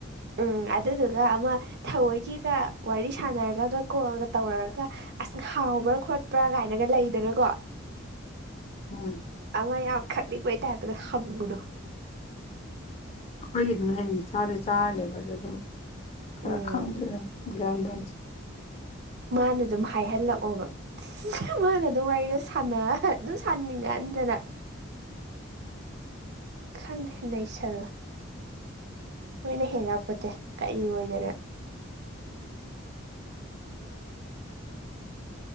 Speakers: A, on the right (about 55°); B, on the left (about 30°).
A: ꯎꯝ ꯑꯗꯨꯗꯨꯒ ꯑꯃ ꯊꯑꯣꯏꯒꯤꯒ ꯋꯥꯔꯤ ꯁꯥꯟꯅꯔꯒ ꯀꯣꯜꯒ ꯇꯧꯔꯒ ꯑꯁ ꯍꯥꯎꯕ꯭ꯔꯥ ꯈꯣꯠꯄ꯭ꯔꯥ ꯀꯥꯏꯅꯒ ꯂꯩꯗꯅꯀꯣ
B: ꯎꯝ
A: ꯑꯃ ꯌꯥꯝꯈꯠꯅꯤꯡꯕꯩꯇꯥꯥꯏꯗꯨꯗ ꯍꯪꯉꯨꯅꯨ
B: ꯑꯩꯈꯣꯏ ꯑꯗꯨꯝ ꯍꯌꯦꯡꯁ ꯆꯥꯗꯩ ꯆꯥꯔꯅꯦꯕ ꯑꯗ ꯑꯗꯨꯝ ꯈꯔ
A: ꯎꯝ
B: ꯈꯪꯗ꯭ꯔꯦ ꯒ꯭ꯌꯥꯟ ꯇꯌꯥꯟꯁꯦ
A: ꯃꯥꯅ ꯑꯗꯨꯝ ꯍꯥꯏꯍꯜꯂꯛꯑꯣꯕ ꯃꯥꯥꯟꯅꯗꯣ ꯋꯥꯔꯤꯗꯣ ꯁꯥꯟꯅ ꯑꯗꯨꯝ ꯁꯥꯥꯟꯅꯤꯡꯉꯟꯗꯅ ꯈꯪꯗꯦ ꯅꯩꯁꯥꯂꯣ ꯃꯣꯏꯅ ꯍꯦꯟꯉꯛꯄꯣꯠꯇꯦ ꯀꯔꯤ ꯑꯣꯏꯗꯅ